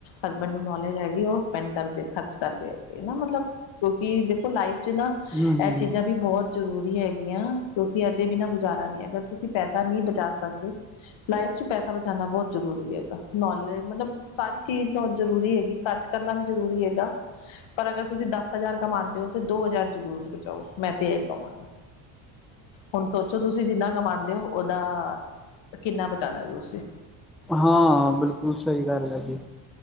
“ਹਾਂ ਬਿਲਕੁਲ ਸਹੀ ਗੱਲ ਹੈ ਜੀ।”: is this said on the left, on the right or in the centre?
Centre